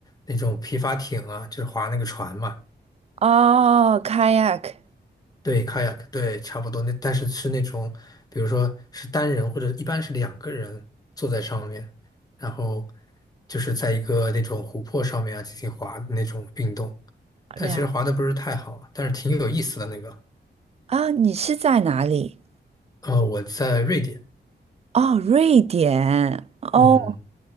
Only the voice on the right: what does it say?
哦，kayak
了
啊，你是在哪里？
哦，瑞典，哦